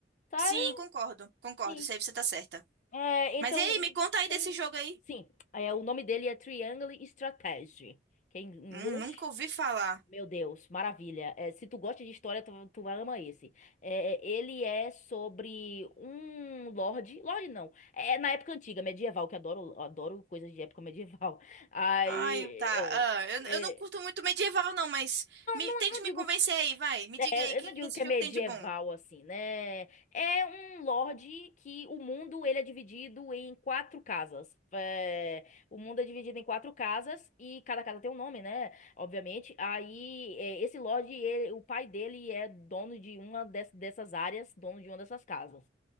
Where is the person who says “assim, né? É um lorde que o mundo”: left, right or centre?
Left